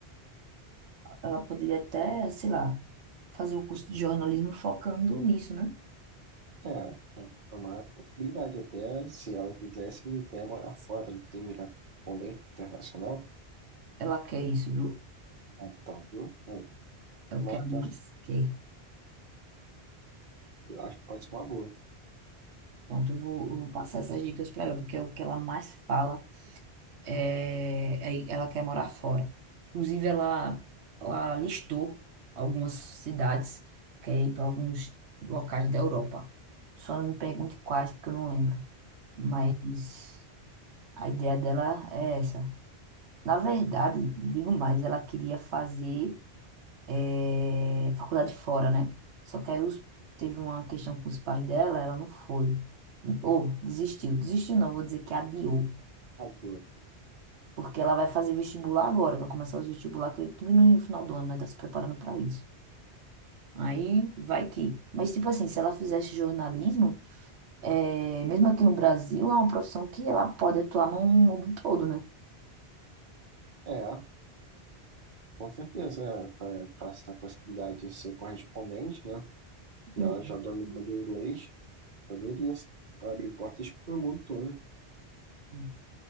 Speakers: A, on the right; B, on the right.
A: Ela poderia até, sei lá, fazer o curso de jornalismo focando nisso, né?
B: É, é uma possibilidade. Até se ela quisesse, até morar fora, não sei, virar correspondente internacional.
A: Ela quer isso, viu?
B: Ah, Então, viu? Mas,
A: Eu
B: mas
A: quero mais,
B: eu acho,
A: quer.
B: eu acho que pode ser uma boa.
A: Pronto, eu vou, eu vou passar essas dicas para ela, porque é o que ela mais fala. É, aí ela quer morar fora. Inclusive, ela, ela listou algumas cidades, quer ir para alguns locais da Europa. Só não me pergunte quais, porque eu não lembro. Mas a ideia dela é essa. Na verdade, digo mais, ela queria fazer eh, faculdade fora, né? Só que aí os- teve uma questão com os pais dela, ela não foi. Ou desistiu. Desistiu não, vou dizer que adiou.
B: Ah, viu?
A: Porque ela vai fazer vestibular agora, vai começar os vestibular, acredito que no final do ano, né? Tá se preparando para isso. Aí vai que. Mas, tipo assim, se ela fizesse jornalismo, é, mesmo aqui no Brasil, é uma profissão que ela pode atuar no mundo todo, né?
B: É, com certeza, é, com com essa possibilidade de ser correspondente, né? E
A: Uhum,
B: ela já dominando o inglês, poderia, sim, abrir portas para o mundo todo.
A: uhum,